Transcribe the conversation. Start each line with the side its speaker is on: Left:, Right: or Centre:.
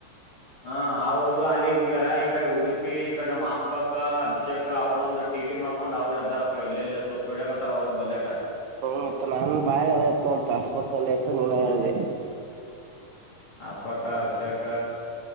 Left: ಹ ಅವ್ರು ಅಲ್ಲಿಗ್ ಹೋಗ್ಯಾರ ಈ ಕಡೆ ಉಡುಪಿ ಈ ಕಡೆ ನಮ್ಮ್ ದಸ್ಪಾಕ ಅಭಿಷೇಕ ಅವ್ರರುಂದಂದು ಟೀಟಿ ಮಾಡ್ಕೊಂಡ್ ಅವ್ರು ಇದ್ದಾರಪ್ಪ ಎಲ್ಲೆಲ್ಲ ಸುತ್ತ ಹೊಡಕತ್ತಾರ ಅವ್ರರು ಬಲ್ಲಲೆಟ
Right: ಹ್ಮ ಮತ್ತತ್ ನಾನ್ ಬಾಯಾಗ ಅದಾಯತ್ ನೋಡ್ತು ಹಸ್ಬಕ್ ಅಂದಾಯತ ನೀನ ಹೇಳಿದೆ
Left: ಅಸ್ಪಕ ಅಭಿಷೇಕ